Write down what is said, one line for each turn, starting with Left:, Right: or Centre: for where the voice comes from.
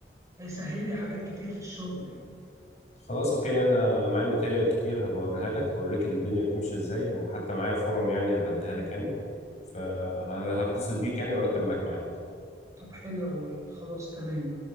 Right: هيسهل لي حاجات كتير في الشغل يعني.
Left: خلاص اوكي انا معايا ماتيريال كتير هبوريها لك هوريك الدنيا بتمشي ازاي وحتى معايا فورم يعني هبديها لك يعني فهتصل بيك يعني وارتب معاك معاها
Right: طب حلو قوي خلاص تمام